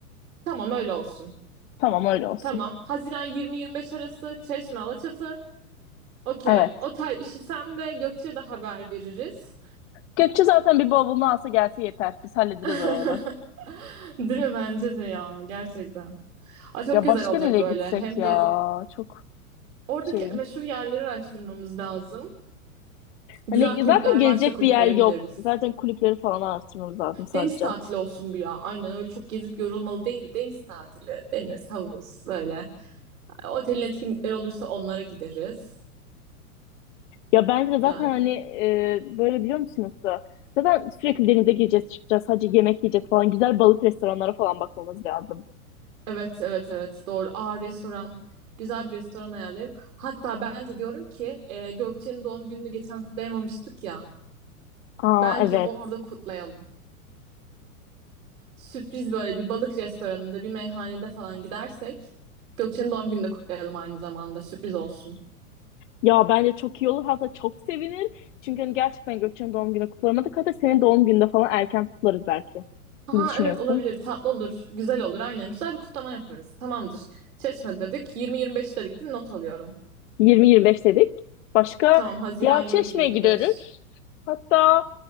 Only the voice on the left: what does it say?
Tamam öyle olsun.
Evet.
Gökçe zaten bir bavulunu alsa gelse yeter. Biz hallederiz
oraları.
Ya
başka
nereye
gitsek
ya?
Çok
şeyim.
Hani
zaten gezecek
bir yer yok.
Zaten kulüpleri falan araştırmamız lazım sadece.
Ya bence de zaten
hani e, böyle biliyor musunuz? da, Zaten sürekli denize gireceğiz, çıkacağız. Sadece yemek yiyeceğiz falan. Güzel balık restoranlara falan bakmamız lazım.
Aa
evet.
Ya bence çok iyi olur hatta çok sevinir. Çünkü hani gerçekten Gökçen'in doğum günü kutlamadık. Hatta senin doğum gününde falan erken kutlarız belki.
Ne düşünüyorsun?
20-25 dedik. Başka
ya
Çeşme'ye gideriz. Hatta